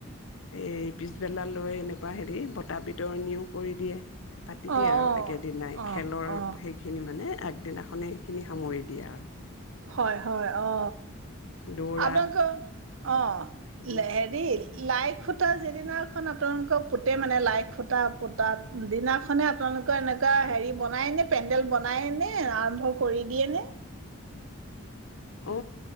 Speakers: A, on the left (about 75°); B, on the right (about 70°).
A: এ পিছবেলা লৈ এনেকুৱা হেৰি বতা বিতৰণিও কৰি দিয়ে। পাতি
B: অ অ
A: দিয়ে আৰু একেদিনাই।
B: অ
A: খেলৰ
B: অ
A: সেইখিনি মানে আগদিনাখনেই সেইখিনি সামৰি দিয়ে আৰু।।
B: হয় হয় অ
A: দৌৰা
B: আপোনালোকৰ? অ
A: সেইবোৰ
B: হেৰি লাই খুটা যিদিনাখন আপোনালোকৰ পোতে মানে, লাই খুটা যি দিনা খন আপোনালোকৰ পোতে মানে, লাই খুটা পোতা দিনাখনে আপোনালোকৰ এনেকুৱা হেৰি বনায় নে? পেণ্ডেল বনাই নে? আৰম্ভ কৰি দিয়ে নে?
A: অ